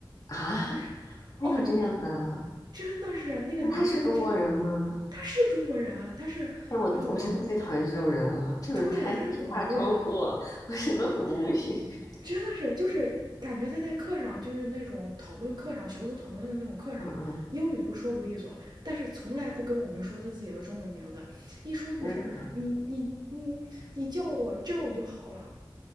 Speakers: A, on the left; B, on the right.
A: 啊！
B: 就是哦，
A: 还有这样的？
B: 真的是那个男生真的，
A: 那他是中国人吗？
B: 他是中国人啊，他是呃广州，
A: 但我我真的最讨厌这种人了，这种人太大装货，
B: 对，他是广州人，
A: 我 <laughs>，我真的很无语。<laughs>
B: 真的是，就是感觉他在课上，就是那种讨论课上、小组讨论的那种课上，
A: 嗯嗯，
B: 英语都说不利索，但是从来不跟我们说他自己的中文名字，一说就是你你嗯，
A: 天呐，
B: 你叫我 Joe 就好了。